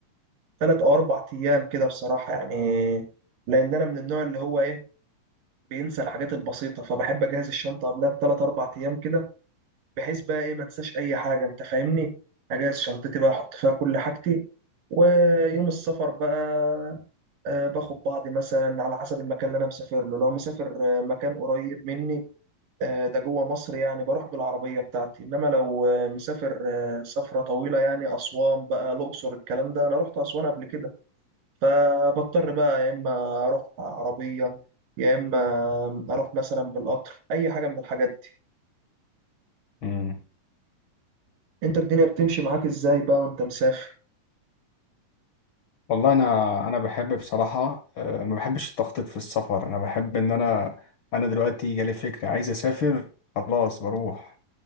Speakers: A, on the right; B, on the left.
A: بثلاث او اربع ايام كده بصراحه يعني لان انا من النوع اللي هو ايه بينسى الحاجات البسيطه فبحب اجهز الشنطه قبلها بثلاث اربع ايام كده بحيث بقى ايه ما انساش اي حاجه انت فاهمني اجهز شنطتي بقى احط فيها كل حاجتي ويوم السفر بقى آه، باخد بعضي مثلا على حسب المكان اللي انا مسافر له لو مسافر آه، مكان قريب مني آه، ده جوه مصر يعني بروح بالعربيه بتاعتي انما لو آه، مسافر آه، سفره طويله يعني اسوان بقى الاقصر الكلام ده انا رحت اسوان قبل كده فبضطر بقى يا اما اروح عربيه يا اما اروح مثلا بالقطر اي حاجه من الحاجات دي
B: مم.
A: انت الدنيا بتمشي معاك ازاي بقى وانت مسافر
B: والله انا انا بحب بصراحة آه، ما بحبش التخطيط في السفر انا بحب ان انا انا دلوقتي جالي فكرة عايز اسافر خلاص بروح